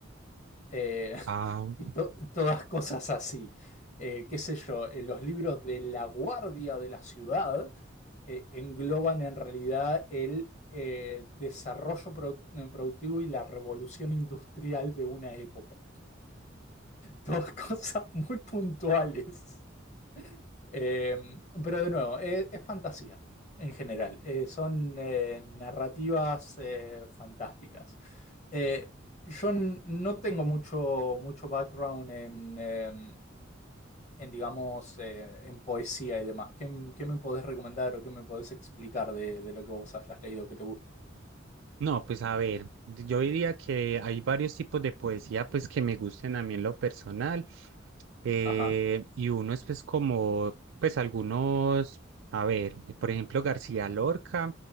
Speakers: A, on the left; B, on the right.
A: Eh, <laughs>
B: ah,
A: y to- todas cosas así. Eh, qué sé yo, eh, los libros de La Guardia de la Ciudad eh, engloban en realidad el eh, desarrollo produ- productivo y la revolución industrial de una época. Dos <laughs> cosas muy puntuales. Eh, pero de nuevo, eh, es, fantasía en general. Eh, son eh, narrativas eh, fantásticas. Eh, yo n- no tengo mucho, mucho background en, eh, en digamos, eh, en poesía y demás. ¿Qué, m- qué me podés recomendar o qué me podés explicar de, de lo que vos hayas leído que te guste?
B: No, pues a ver, yo diría que hay varios tipos de poesía pues que me gusten a mí en lo personal. eh,
A: Ajá.
B: y uno es pues como, pues algunos, a ver, por ejemplo García Lorca,